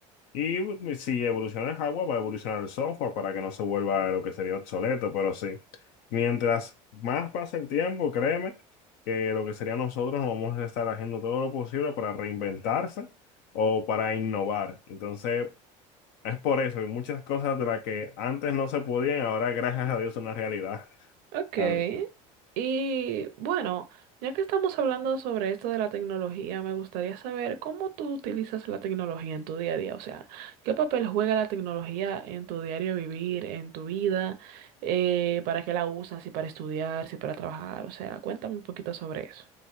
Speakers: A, on the left; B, on the right.
A: Y si evoluciona el hardware, va a evolucionar el software para que no se vuelva lo que sería obsoleto, pero sí. Mientras más pasa el tiempo, créeme que lo que sería nosotros vamos a estar haciendo todo lo posible para reinventarse o para innovar. Entonces, es por eso, y muchas cosas de las que antes no se podían, ahora gracias a Dios son una realidad.
B: Ok.
A: <laughs>
B: Y bueno, ya que estamos hablando sobre esto de la tecnología, me gustaría saber cómo tú utilizas la tecnología en tu día a día. O sea, ¿qué papel juega la tecnología en tu diario vivir, en tu vida? Eh, ¿para qué la usas? ¿Si para estudiar, si para trabajar? O sea, cuéntame un poquito sobre eso.